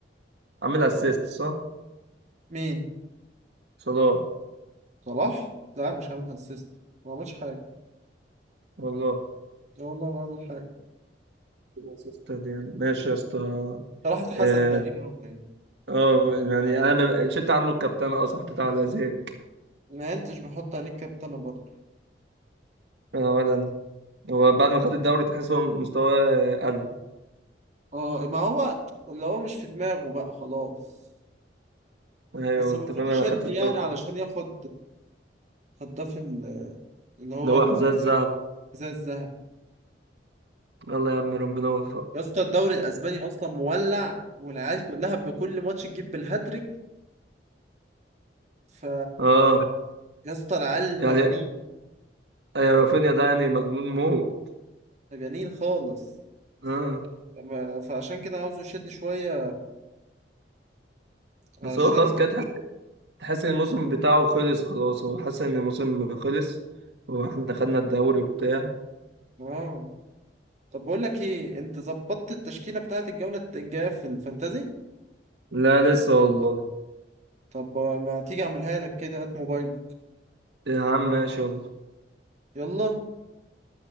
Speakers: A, on the right; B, on the right.
A: عامل اسيست صح
B: مين؟
A: صلاح
B: صلاح؟ لا مش عامل اسيست ما عملش حاجة
A: والله
B: لا والله ما عمل حاجة
A: اسيست دي ماشي يا اسطى
B: صلاح اتحسد
A: اه
B: تقريبا ولا ايه؟
A: آه، يعني انا ب- شلت عنه الكابتنه اصلا حطيت على زيك
B: ما انتش بحط عليك كابتنة برضه
A: اه ولا انا هو بعد ما خد الدوري تحس هو مستواه قل
B: اه ما هو اللي هو مش في دماغه بقى خلاص
A: ايوه
B: بس المفروض
A: انت فاهم انا
B: يشد
A: خدت الدوري
B: يعني
A: خلاص.
B: علشان ياخد هداف ال- اللي هو
A: اللي هو
B: الحذاء
A: حذاء الذهب
B: الذهبي
A: يلا يا عم ربنا يوفقه
B: يا اسطى الدوري الاسباني اصلا مولع والعيال كلها بكل ماتش تجيب بالهاتريك ف
A: اه
B: يا اسطى العيال
A: يعني
B: مجانين
A: يا رافينيا ده يعني مجنون موت
B: مجانين خالص
A: اه
B: ما- فعشان كده عاوزه يشد شويه علشان
A: بس هو خلاص كده تحس تحس ان الموسم بتاعه خلص خلاص هو حاسس ان الموسم خلص هو احنا خدنا الدوري وبتاع
B: اه طب بقول لك ايه انت ظبطت التشكيله بتاعت الجوله الجايه في الفانتازي
A: لا لسه والله
B: طب ما تيجي اعملها لك كده هات موبايل
A: يا عم ماشي يلا
B: يلا